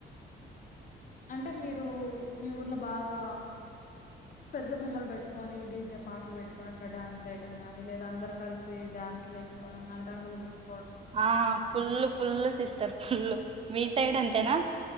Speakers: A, on the left (about 45°); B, on the right (about 30°).
A: అంటే మీరు మీ ఊర్లో బాగా పెద్ద బొమ్మలు పెట్టుకొని డీజే పాటలు పెట్టుకుని అట్లా డాన్స్ చేయడం కాని లేదా అందరు కలిసి డాన్స్లు వేసుకోవడం గాని రంగులు పూసు
B: ఆ ఫుల్లు ఫుల్లు సిస్టర్ ఫుల్లు మీ సైడ్
A: హ్మ్.
B: అంతేనా